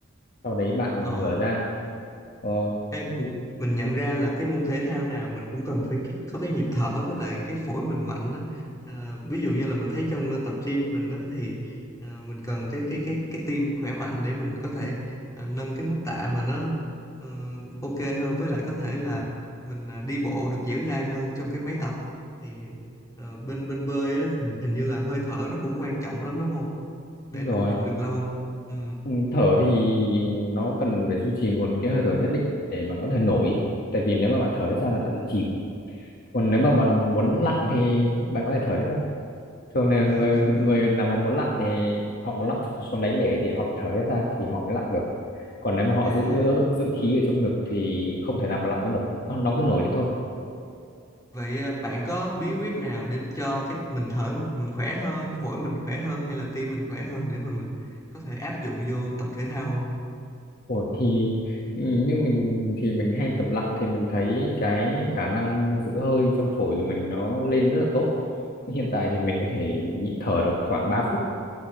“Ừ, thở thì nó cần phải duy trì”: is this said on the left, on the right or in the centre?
Left